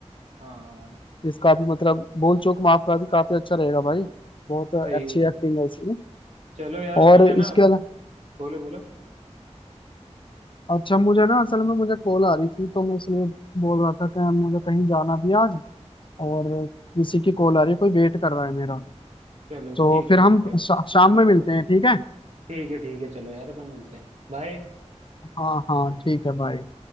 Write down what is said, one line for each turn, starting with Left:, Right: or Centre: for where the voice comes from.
Right: हाँ
Left: इसका भी मतलब भूल चूक माफ का भी काफी अच्छा रहेगा भाई बहुत अच्छी
Right: सही
Left: एक्टिंग है इसमें
Right: चलो यार
Left: और
Right: अपन है
Left: इसके
Right: ना
Left: अलावा
Right: बोलो बोलो
Left: अच्छा मुझे ना असल में मुझे कॉल आ रही थी तो मैं इसलिए बोल रहा था कि मुझे कहीं जाना भी है आज और किसी की कॉल आ रही है कोई वेट कर रहा है मेरा
Right: चलो
Left: तो
Right: ठीक है
Left: फिर
Right: ठीक
Left: हम
Right: है
Left: शा, शाम में मिलते हैं ठीक है
Right: ठीक है ठीक है चलो यार अपन मिलते हैं बाय
Left: हाँ हाँ ठीक है बाय